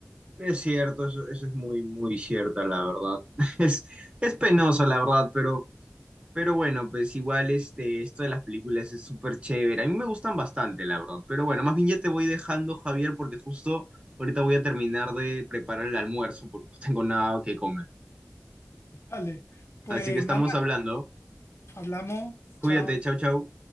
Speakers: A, on the right; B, on the left.
A: Es cierto, eso, eso es muy, muy cierta, la verdad. <laughs> Es, es penoso, la verdad, pero... Pero bueno, pues igual este, esto de las películas es súper chévere. A mí me gustan bastante, la verdad. Pero bueno, más bien ya te voy dejando, Javier, porque justo ahorita voy a terminar de preparar el almuerzo porque no tengo nada que comer.
B: Vale, pues
A: Así que estamos
B: nada,
A: hablando.
B: hablamos,
A: Cuídate,
B: chao.
A: chau, chau.